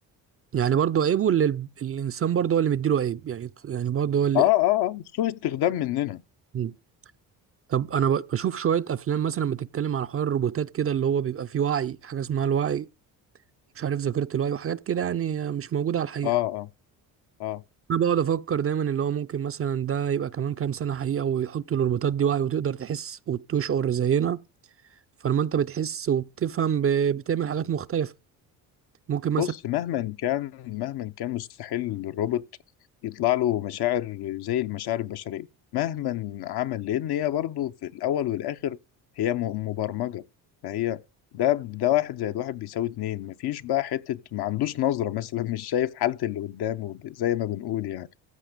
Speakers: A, on the right (about 35°); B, on the left (about 65°).
A: يعني برضه عيب واللي ال- الانسان برضه هو اللي مديله عيب يعني يعني برضه هو اللي
B: اه اه اه سوء استخدام مننا
A: مم. طب انا ب- بشوف شويه افلام مثلا بتتكلم عن حوار الروبوتات كده اللي هو بيبقى فيه وعي حاجه اسمها الوعي مش عارف ذاكره الوعي وحاجات كده يعني مش موجوده على الحقيقه
B: اه اه اه
A: انا بقعد افكر دايما اللي هو ممكن مثلا ده يبقى كمان كام سنه حقيقه ويحطوا الروبوتات دي وعي وتقدر تحس وتشعر زينا فلما انت بتحس وبتفهم ب- بتعمل حاجات مختلفه ممكن مثلا
B: بص مهما كان مهما كان مستحيل للروبوت يطلع له مشاعر زي المشاعر البشرية مهما عمل لأن هي برضه في الأول والآخر هي م- مبرمجة فهي ده ده واحد زائد واحد بيساوي اتنين مفيش بقى حتة ما عندوش نظرة <laughs> مثلا مش شايف حالة اللي قدامه ب- زي ما بنقول يعني